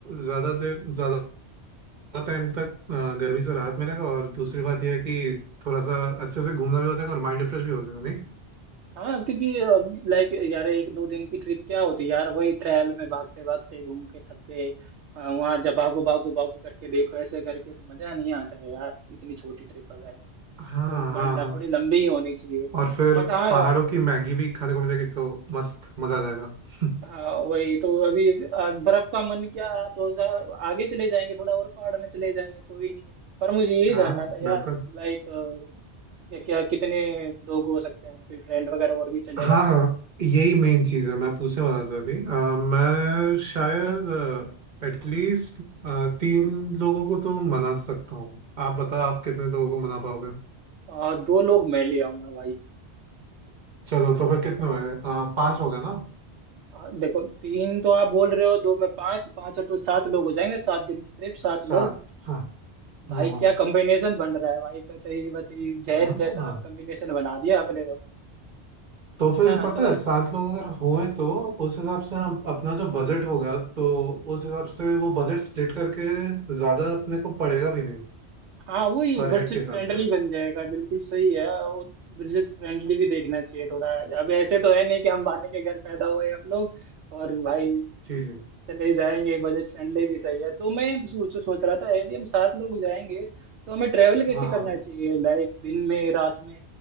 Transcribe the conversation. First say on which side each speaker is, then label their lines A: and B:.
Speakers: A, on the right (about 45°); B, on the right (about 85°).
A: ज्यादा देर ज्यादा टाइम तक आ, गर्मी से राहत मिलेगा और दूसरी बात यह है कि थोड़ा सा अच्छे से घूमना भी हो जाएगा और माइंड रिफ्रेश भी हो जाएगा नहीं
B: हाँ क्योंकि लाइक यार एक दो दिन की ट्रिप क्या होती यार वही ट्रायल में भागते भागते घूम के थक गए अ, वहाँ जब भागो भागो भागो करके देखो ऐसे करके तो मजा नहीं आता है यार इतनी छोटी ट्रिप वगैरह में
A: हाँ
B: तो
A: हाँ
B: बड़ा
A: हाँ
B: थोड़ी लंबी ही होनी चाहिए
A: और फिर
B: बट हाँ
A: पहाड़ों की मैगी भी खाने को मिलेगी तो मस्त मजा आ जाएगा <laughs>
B: हाँ वही तो अभी अ, बर्फ का मन क्या तो सा- आगे चले जाएंगे थोड़ा और पहाड़ में चले जाएंगे कोई नहीं पर मुझे ये
A: हाँ
B: जानना था यार
A: बिल्कुल
B: लाइक क्या क्या कितने लोग हो सकते हैं कोई फ्रेंड वगैरह और भी चलेगा
A: हाँ हाँ,
B: कैसे
A: यही मेन चीज है मैं पूछने वाला था अभी अ, मैं शायद एटलीस्ट तीन लोगों को तो मना सकता हूँ आप बताओ आप कितने लोगों को मना पाओगे
B: आ, दो लोग मैं ले आऊंगा भाई
A: चलो
B: है
A: तो
B: ना
A: फिर
B: तो
A: कितने हुए अ, पांच हो गए ना
B: आ, देखो तीन तो आप बोल रहे हो दो में पांच पांच और दो सात लोग हो जाएंगे सात दिन की ट्रिप
A: सात
B: सात लोग
A: हाँ
B: भाई
A: हाँ
B: क्या कॉम्बिनेशन बन रहा है भाई बताइए बताइए जहर
A: हाँ
B: जैसा
A: हाँ
B: आप कॉम्बिनेशन बना दिया आपने तो
A: तो फिर
B: है ना
A: पता
B: तो
A: है सात लोग अगर हुए तो उस हिसाब से हम अपना जो बजट होगा तो उस हिसाब से वो बजट स्प्लिट करके ज्यादा अपने को पड़ेगा भी नहीं
B: हाँ वही
A: पर
B: बजट
A: हेड के हिसाब
B: फ्रेंडली
A: से
B: बन जाएगा बिल्कुल सही है वो बजट फ्रेंडली भी देखना चाहिए थोड़ा अब ऐसे तो है नहीं कि हम बाने के घर पैदा हुए हम लोग और भाई
A: चीज
B: चले जाएंगे बजट फ्रेंडली भी सही है तो मैं सोच सोच रहा था यदि हम सात लोग जाएंगे तो हमें ट्रेवल कैसे
A: हाँ
B: करना
A: हाँ
B: चाहिए लाइक दिन में रात में